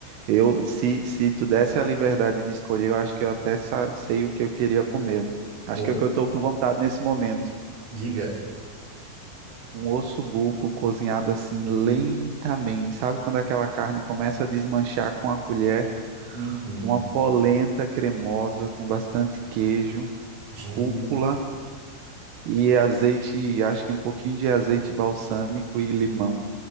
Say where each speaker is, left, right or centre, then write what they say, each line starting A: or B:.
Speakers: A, on the right; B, on the right.
A: Eu, se, se tu desse a liberdade de escolher, eu acho que eu até sa- sei o que eu queria comer. Acho
B: Ô,
A: que é o que eu estou com vontade nesse momento.
B: diga.
A: Um osso buco cozinhado assim lentamente. Sabe quando aquela carne começa a desmanchar com a colher?
B: Uhum.
A: Uma polenta cremosa com bastante queijo,
B: Jesus.
A: rúcula e azeite, acho que um pouquinho de azeite balsâmico e limão.